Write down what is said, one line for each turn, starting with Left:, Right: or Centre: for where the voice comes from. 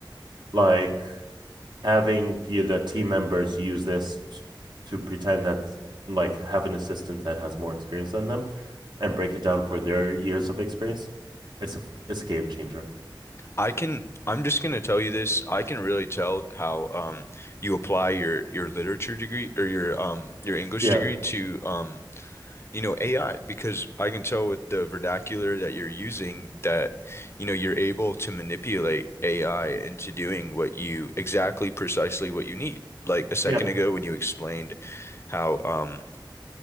Right: like having you, the team members use this to pretend that like have an assistant that has more experience than them and break it down for their years of experience. It's a it's a game changer.
Left: I can I'm just gonna tell you this. I can really tell how um you apply your your literature degree or your um your English
Right: Yeah.
Left: degree to um you know AI because I can tell with the vernacular that you're using that you know you're able to manipulate AI into doing what you exactly precisely what you need. Like a second
Right: Yeah.
Left: ago when you explained how um